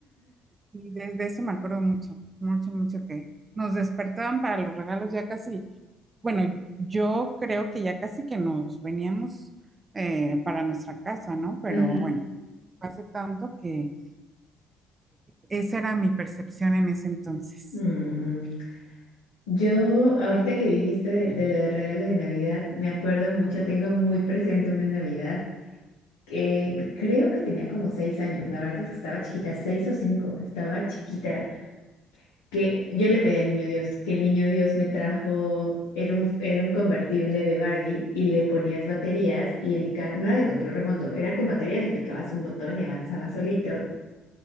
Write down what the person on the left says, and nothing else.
Ajá.
Mm. Yo, ahorita que dijiste de, de lo del regalo de Navidad, me acuerdo mucho, tengo muy presente una Navidad que creo que tenía como seis años, la verdad es que estaba chiquita, seis o cinco, estaba chiquita que yo le pedí al niño Dios, que el niño Dios me trajo, era un, era un convertible de Barbie y le ponías baterías y el carro, no era de control remoto, era con baterías, le picabas un botón y avanzaba solito